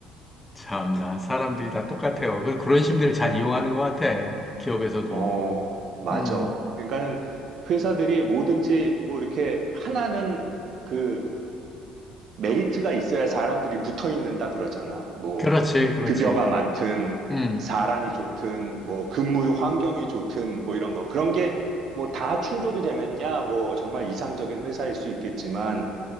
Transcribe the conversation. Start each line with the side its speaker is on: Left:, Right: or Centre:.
Left: 참나, 사람들이 다 똑같아요. 그, 그런 심리를 잘 이용하는 것 같아. 기업에서도.
Right: 어, 맞아.
Left: 음,
Right: 그러니까는 회사들이 뭐든지 뭐 이렇게 하나는 그 메리트가 있어야 사람들이 붙어 있는다 그러잖아. 뭐
Left: 그렇지, 그렇지.
Right: 급여가 많든
Left: 음,
Right: 사람이 좋든 뭐 근무 환경이 좋든 뭐 이런 거. 그런 게 뭐 다 충족이 되면야 뭐 정말 이상적인 회사일 수 있겠지만